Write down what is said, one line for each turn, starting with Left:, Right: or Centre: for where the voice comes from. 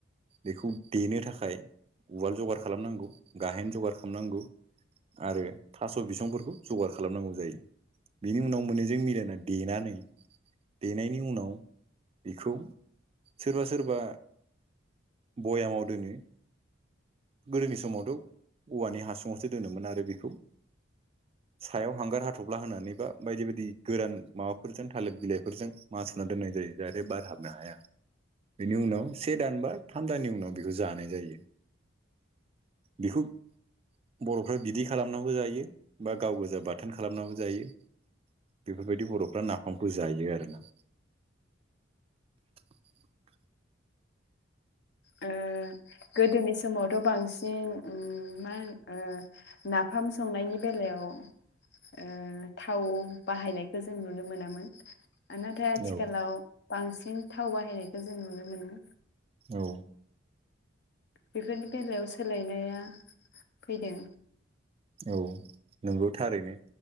Right: बेखौ देनो थाखाय उवाल जगार खालामनांगौ गाहेन जगार खालामनांगौ आरो थास' बिसंफोरखौ जगार खालामनांगौ जायो बिनि उनाव मोननैजों मिलायनानै देनानै देनायनि उनाव बेखौ सोरबा सोरबा भयामाव दोनो। गोदोनि समावथ' औवानि हासुंआवसो दोनोमोन आरो बेखौ सायाव हांगार हाथप्ला होनानै बा बायदि बायदि गोरान माबाफोरजों थालिर बिलाइफोरजों माथुना दोननाय जायो। जाहाथे बार हाबनो हाया। बेनि उनाव से दान बा थाम दाननि उनाव बेखौ जानाय जायो बिखौ बर'फ्रा बिदै खालामनाबो जायो बा गाव गोजा बाथोन खालामनाबो जायो। बेफोरबायदि बर'फ्रा नाफामखौ जायो आरोना। <inaudible>
Left: ओ गोदोनि समावथ' बांसिन मा होनो नाफाम संनायनि बेलायाव ओ थाव बाहायनायखौ जों नुनो मोनामोन। नाथाय आथिखालाव
Right: औ
Left: बांसिन थाव बाहायनायखौ जों नुनो मोनो।
Right: औ
Left: बेफोरनि बेलायाव सोलायनाया फैदों।
Right: औ नंगौ थारैनो।